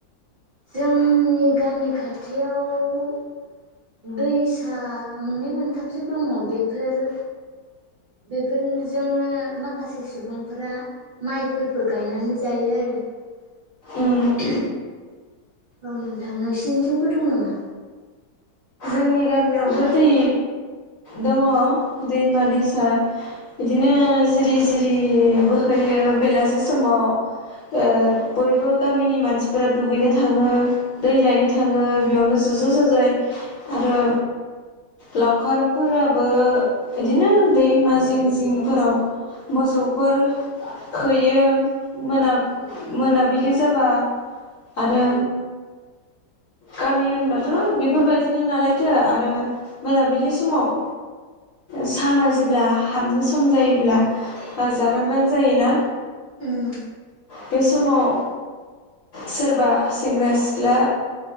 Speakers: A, on the right (about 45°); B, on the left (about 55°).
A: जोंनि गामि खाथियाव दैसा मोननै मोनथामसो दङ बेफोर बेफोरजोंनो माखासे सुबुंफोरा माइफोरखो गायनानै जायो आरो
B: उम
A: औ नोंथां नोंसिनिथिंबो दं नामा?
B: जोंनि गामियावबो दै दङ दैमा दैसा इदिनो जिरि जिरि बोहैयो बेलासि समाव ओ बयबो गामिनि मानसिफोरा दुगैनो थाङो दै लायनो थाङो बेयावनो ज ज' जाजाय आरो लावखारफोराबो इदिनो दैमा जिं जिंफोराव मोसौफोर होयो मोना मोनाबिलि जाबा आरो गामि होनबाथ' बेफोरबायदि दिनो नालायथो आरो मोनाबिलि समाव साना जेब्ला हाबनो सम जायोब्ला जारां रां जायोना
A: उम
B: बे समाव सोरबा सेंग्रा सिख्ला